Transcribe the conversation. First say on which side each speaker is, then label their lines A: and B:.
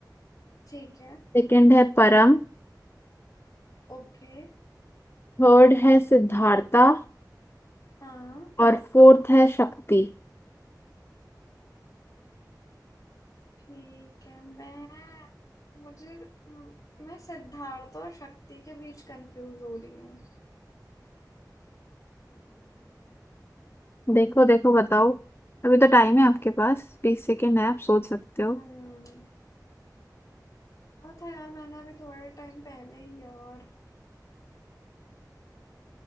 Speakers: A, on the left (about 50°); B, on the left (about 35°).
A: ठीक है
B: सेकंड है परम
A: ओके
B: थर्ड है सिद्धार्था
A: हाँ
B: और फोर्थ है शक्ति
A: ठीक है मैं मुझे म- मैं सिद्धार्थ और शक्ति के बीच कंफ्यूज हो रही हूँ
B: देखो देखो बताओ अभी तो टाइम है आपके पास बीस सेकेंड है आप सोच सकते हो
A: हम्म पढ़ा था यार मैंने अभी थोड़े टाइम पहले ही यार